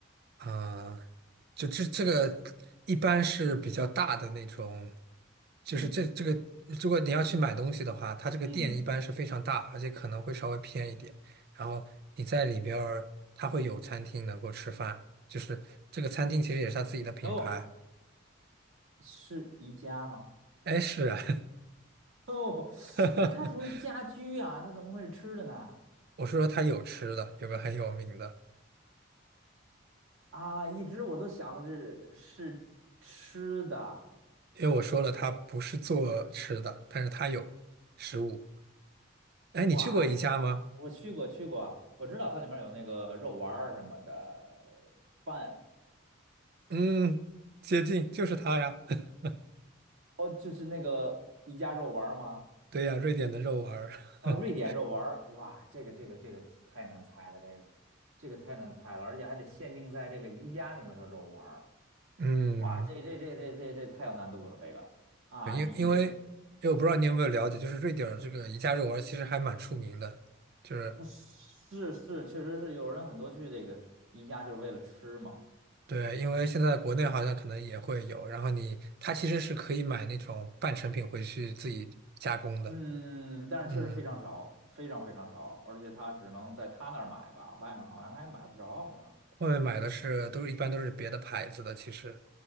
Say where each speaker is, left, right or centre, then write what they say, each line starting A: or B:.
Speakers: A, on the right; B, on the right.
A: 啊，就这这个一般是比较大的那种，就是这这个，
B: 嗯
A: 如果你要去买东西的话，它这个店一般是非常大，
B: 嗯，
A: 而且可能会稍微偏一点。然后你在里边儿，它会有餐厅能够吃饭，就是这个餐厅其实也是它自己的品牌。
B: 嗯哦，是宜家吗？
A: 哎，是啊，
B: <laughs> 哦，
A: <laughs>
B: 那它属于家居啊，它怎么会是吃的呢？
A: 我是说他有吃的，有个很有名的。
B: 啊，一直我都想的是是吃的。
A: 因为我说了，他不是做吃的，但是他有食物。哎，
B: 哇塞，
A: 你去过宜家吗？
B: 我去过去过，我知道它里面有那个肉丸儿什么的饭，
A: 嗯，接近，就是它呀。<laughs>
B: 哦，就是那个宜家肉丸儿吗？
A: 对呀，瑞典的肉丸儿。
B: 啊，
A: <laughs>
B: 瑞典肉丸儿，哇，这个这个这个太难猜了，这个这个太难猜了，而且还得限定在这个宜家里面的肉丸儿，
A: 嗯，
B: 哇，这这这这这这太有难度了，这个啊，
A: 因因为因
B: 你这个
A: 为我不知道你有没有了解，就是瑞典儿这个宜家肉丸儿其实还蛮出名的，就是
B: 嗯是是，确实是有人很多去这个宜家就是为了吃嘛，
A: 对，因为现在国内好像可能也会有，然后你它其实是可以买那种半成品回去自己加工的，
B: 嗯，但是确实非常少，
A: 嗯，
B: 非常非常少，而且他只能在他那儿买吧，外面好像还买不着，好像，
A: 外面买的是都是一般都是别的牌子的，其实